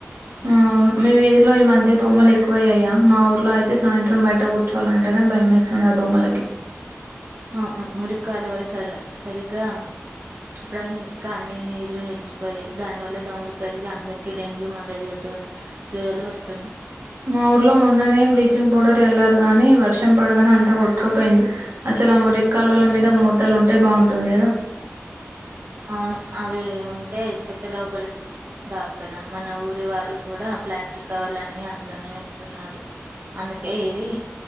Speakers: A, on the right; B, on the right.
A: ఆ అవును మీ వీధిలో ఈ మధ్య దోమలు ఎక్కువ అయ్యాయా మా ఊర్లో అయితే సాయంత్రం బయట కూర్చోవాలంటేనే భయం వేస్తాం ఆ దోమలకి
B: అవును మురి కాలవలు సరి సరిగా ప్రవహించక అన్ని నీళ్లు నిలిచిపోయాయి దాని వల్ల దోమలు పెరిగి అందరికకి డెంగ్యూ మలేరియా జ జరలు వస్తున్నాయి
A: మా ఊర్లో మొన్ననే బ్లీచింగ్ పౌడర్ చల్లారు గానీ వర్షం పడగానే అంతా కొట్కపోయింది అసలు మురి కాలువల మీద మూతలు ఉంటే బాగుంటుంది కదా
B: అవును అవి ఉంటే చెత్త లోపలికి రాదు కదా మన ఊరి వాళ్ళు కూడా ప్లాస్టిక్ కవర్లు అన్ని అందులోనే ఏస్తున్నారు అందు అందుకే ఇవి